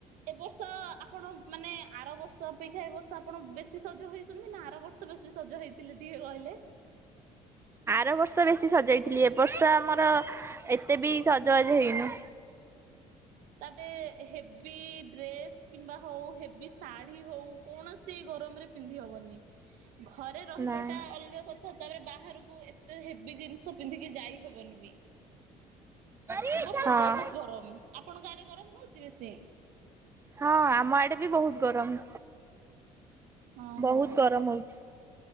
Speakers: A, on the right; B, on the right.
A: ଏ ବର୍ଷ ଆପଣ ମାନେ ଆର ବର୍ଷ ଅପେକ୍ଷା ଏ ବର୍ଷ ଆପଣ ବେଶି ସଜ ହେଇଛନ୍ତି ନା ଆର ବର୍ଷ ବେଶୀ ସଜ ହେଇଥିଲେ ଟିକେ କହିଲେ?
B: ଆର ବର୍ଷ ବେଶୀ ସଜାଇଥିଲି ଏ ବର୍ଷ ଆମର ଏତେ ବି ସଜବାଜ ହେଇନୁ।
A: ତାପରେ ହେବି ଡ୍ରେସ୍ କିମ୍ବା ହଉ ହେଵି ଶାଢ଼ୀ ହଉ କୌଣସି ଗରମରେ ପିନ୍ଧି ହବନି ଘରେ ରହିବା
B: ନାଇଁ।
A: ଟା ଅଲଗା କଥ ଥା ତାପରେ ବାହାରକୁ ଏତେ ହେବି ଜିନିଷ ପିନ୍ଧିକି ଯାଇ ହବନି ବି।
B: ହଁ
A: ଏ ବର୍ଷ ବହୁତ୍ ଗରମ ଆପଣଙ୍କ ଆଡେ ଗରମ ହଉଛି ବେଶୀ?
B: ହଁ ଆମ ଆଡେ ବି ବହୁତ୍ ଗରମ।
A: ଓହୋ
B: ବହୁତ୍ ଗରମ ହଉଛି।